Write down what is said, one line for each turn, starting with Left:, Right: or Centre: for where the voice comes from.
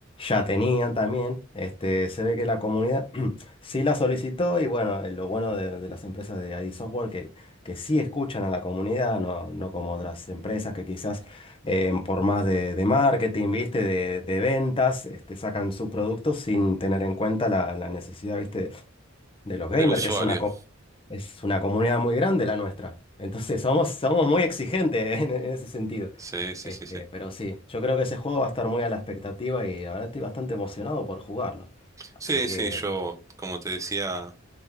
Left: ya tenían también, este, se ve que la comunidad <clears throat> sí la solicitó y bueno, eh, lo bueno de, de las empresas de ID Software que... que sí escuchan a la comunidad, no, no como otras empresas que quizás eh, por más de, de marketing, ¿viste? De, de ventas, este, sacan su
Right: Ujú.
Left: producto sin tener en cuenta la, la necesidad, ¿viste? De los gamers,
Right: Del usuario.
Left: que es una, co- es una comunidad muy grande la nuestra. Entonces somos, somos muy exigentes <laughs> en, en ese sentido.
Right: Sí, sí,
Left: Este,
Right: sí, sí.
Left: pero sí, yo creo que ese juego va a estar muy a la expectativa y la verdad estoy bastante emocionado por jugarlo. Así
Right: Sí,
Left: que...
Right: sí, yo, como te decía,